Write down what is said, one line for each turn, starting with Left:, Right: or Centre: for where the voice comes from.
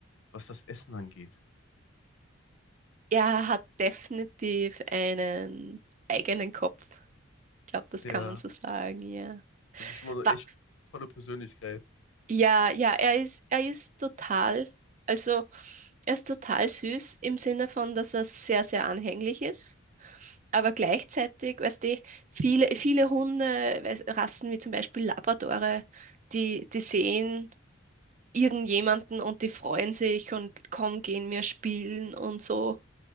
Left: was das Essen angeht.
Right: Er hat definitiv einen eigenen Kopf. Ich glaube, das
Left: Ja,
Right: kann man so sagen, ja.
Left: das ist bestimmt mal eine
Right: Wa-
Left: echt tolle Persönlichkeit.
Right: Ja, ja, er ist, er ist total, also er ist total süß im Sinne von, dass er sehr, sehr anhänglich ist. Aber gleichzeitig, weißt du, viele, viele Hunde, weiß- Rassen wie zum Beispiel Labradore, die, die sehen irgendjemanden und die freuen sich und komm, gehen wir spielen und so.